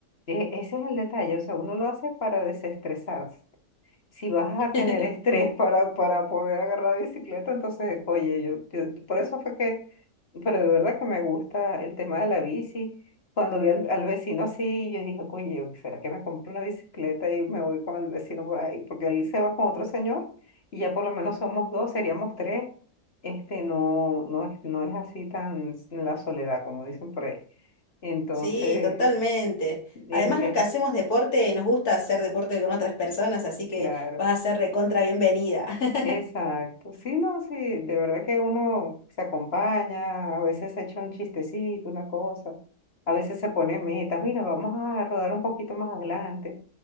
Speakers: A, on the left; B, on the left.
A: e- ese es el detalle. O sea, uno lo hace para desestresarse. si vas a tener
B: <laughs>
A: estrés para, para poder agarrar bicicleta, entonces, oye, yo, yo- por eso fue que, pero de verdad que me gusta el tema de la bici. Cuando vi al, al vecino así, yo dije, oye, ¿será que me compro una bicicleta y me voy con el vecino por ahí? Porque él se va con otro señor y ya por lo menos somos dos, seríamos tres. Este, no, no, es- no es así tan s- la soledad, como dicen por ahí. Entonces,
B: Sí, totalmente.
A: es,
B: Además,
A: es
B: los que hacemos deporte nos gusta hacer deporte con otras personas, así que
A: claro.
B: vas a ser recontra bienvenida. <laughs>
A: Exacto, sí, no, sí, de verdad que uno se acompaña, a veces se echa un chistecito, una cosa, a veces se pone metas, mira, vamos a rodar un poquito más adelante